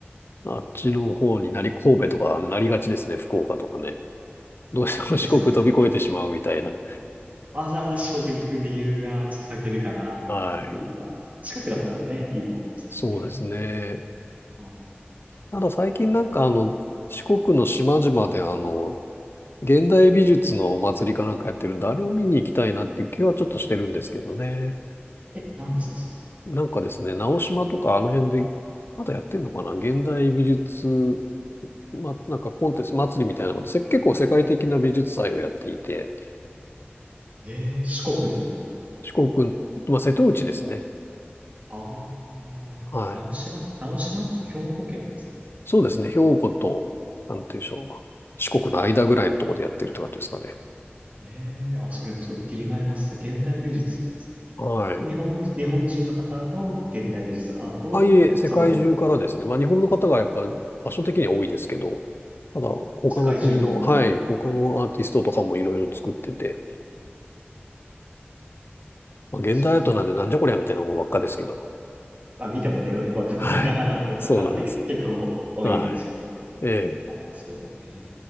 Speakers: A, on the left (about 60°); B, on the right (about 35°).
A: あっちの方になり、神戸とかなりがちですね、福岡とかね。どうしても <laughs> 四国飛び越えてしまうみたいな。
B: ですよね。わざわざ四国に行く理由がちょっと欠けるかなっていうのはある。
A: はい。
B: 近くだったらね、いいと思うんですけどね。
A: そうですね。
B: はい。
A: ただ最近なんかあの、
B: あと、
A: 四国の島々であの、現代美術のお祭りかなんかやってるんで、あれを見に行きたいなっていう気はちょっとしてるんですけどね。
B: え、何ですか、それ。
A: なんかですね、直島とかあの辺で、まだやってんのかな現代美術、ま、なんかコンテスト祭りみたいなこと、せ結構世界的な美術祭をやっていて、
B: えー、四国で。
A: 四国、まあ、瀬戸内ですね。
B: ああ、
A: はい。
B: 直島、直島って兵庫県ですか。
A: そうですね。兵庫と、なんて言うんでしょう。四国の間ぐらいのところでやってるって感じですかね。
B: えー、あ、それちょっと気になりますね。現代美術なんですね。
A: はい。
B: 日本、日本人の方の現代美術アートを、
A: ああいえ、世界中からですね。
B: そこで
A: まあ、日本の方がやっぱ場所的には多いですけど、ただ、他の国の、
B: 世界中のものが、
A: はい、他のアーティストとかもいろいろ作ってて、まあ、現代アートなんでなんじゃこりゃみたいなものばっかですけど。
B: あ、それまあ見てもね、よくわかんないなぁなんて思うかが
A: はい。そうなんですよ。
B: <laughs> 結構多いイメージはね、
A: はい。ええ
B: ありますけどね。